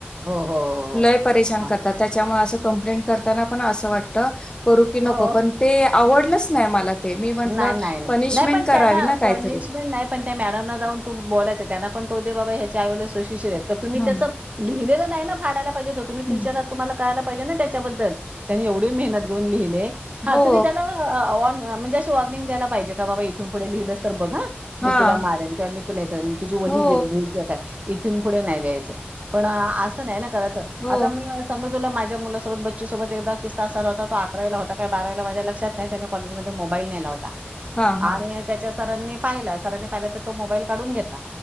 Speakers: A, on the right (about 35°); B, on the left (about 25°).
A: हो, हो, हो,
B: लय
A: हो.
B: परशान
A: हां.
B: करतात त्याच्यामुळे असं कप्लेट करताना पण अस वाटत करू की नको
A: हो.
B: पण ते आवडलच नाही मला ते मी म्हंटलं
A: नाही नाही नाही
B: पनिशमेंट
A: नाही पण
B: करावी
A: त्यांना
B: ना काहीतरी
A: पनिशमेंट नाही पण त्या मॅडमला जाऊन तू बोलायचं त्यांना पण क ते बाबा ह्याच्या आवड सुशष्य आहेत का तुम्
B: हं
A: त्याच लिहिलेलं नाही ना फायला पाहिजे तुम्ही
B: हं
A: टीचर तुम्हाला तेचा बदल येवडी मेहनत घयुन लिहल्य ह
B: हो
A: तुमि तेला म्हणजे अशी वॉर्निंग दयला पाहिजे का बाबा इथून पुढे लिहिलंस तर बघा मी
B: हां
A: तुला मारेन किंवा तुला हे तुझी व
B: हो
A: घ इथून पुढे नाही लियचं पण असं नाही करायचं
B: हो
A: आता मी समज तुला माझ्या मुलासोबत बच्चसोबत एक किस्सा झाला हो तो अकराला होता का बारावीला माझ्या लक्षात नाही त्यानी कॉजमध्ये मोबाईल नेला होता
B: हां हां
A: आणि त्याच्या सरांनी पाहिला सरांनी पाहिलं तर तो मोबाईल काढून घेतला